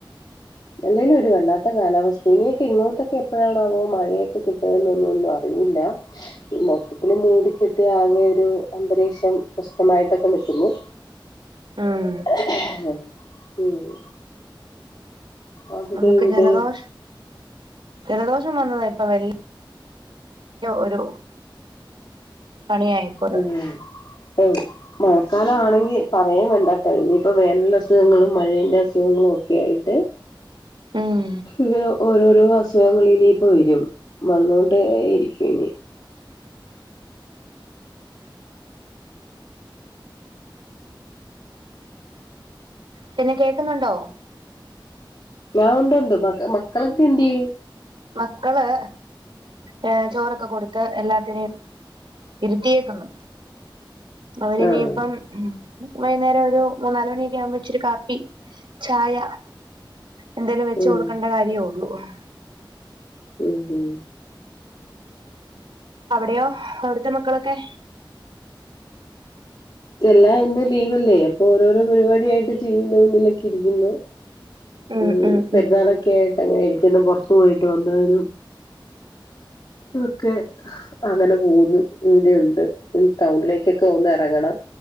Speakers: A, on the left (about 60°); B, on the right (about 75°).
A: അല്ലേലും ഒരു വല്ലാത്ത കാലാവസ്ഥ ഇനിയൊക്കെ ഇങ്ങോട്ടൊക്കെ എപ്പഴാണാവോ മഴേക്കെ കിട്ടുവൊന്നൊന്നും ഒന്നും അറിയില്ല മൊത്തത്തില് മൂടിക്കെട്ടിയാകെ ഒരു അന്തരീക്ഷം പ്രശ്നമായിട്ടൊക്ക നിക്കുന്നു
B: ഉം
A: <inaudible> ഹ് മ്മ് അവിടേയിവിടേം
B: നമുക്ക് ജലദോഷം ജലദോഷം വന്നത് ഇപ്പൊ വല്യ ഒരു പണിയായിപ്പോയത്
A: ഉം എ മഴക്കാലം ആണെങ്കി പറയേം വേണ്ട കേട്ടോ ഇനിയിപ്പോ വേനണ്ട അസുഖങ്ങളും മഴേന്റെ അസുഖങ്ങളും ഒക്കെ ആയിട്ട്
B: ഉം
A: ഇ ഓര ഓരോ അസുഖങ്ങൾ ഇനിയിപ്പ വരും വന്നൊണ്ട ഇരിക്കും ഇനി
B: പിന്നെ കേക്കുന്നുണ്ടോ
A: ഞാ ഉണ്ടുണ്ട് മ മക്കളൊക്കെ എന്തേ
B: മക്കള് ഏ ചോറൊക്കെ കൊടുത്ത് എല്ലാത്തിനെയും ഇരുത്തിയേക്കുന്നു അവരിനിയിപ്പം
A: ആഹ്
B: വൈകുന്നേരം ഒരു മൂന്നാല് മണിയൊക്കെ ആവുമ്പോ ഇച്ചിരി കാപ്പി ചായ എന്തായാലും വെച്ച
A: ഉം
B: കൊടുക്കണ്ട കാര്യമോ <unintelligible>
A: ഉം ഹും
B: അവിടെയോ അ ഇറ്റ മക്കളൊക്കെ
A: ഇതല്ലാ ഇന്ന് ലീവല്ലേ അപ്പൊ ഓരോരോ പരിപാടിയായിട്ട് ടടി വിന്റെ മുന്നിലൊക്കെ ഇരിക്കുന്നു
B: ഉം
A: ഉ
B: ഉം
A: പെരുന്നാളൊക്കെ
B: ഉം
A: ആയിട്ട് അങ്ങനെ പുറത്തു പോയിട്ട് വന്നവരും ഒക്കെ അങ്ങനെ പോകുന്നു ഇടെയുണ്ട് ടൗണിലേക്കൊക്കെ ഒന്ന് ഇറങ്ങണം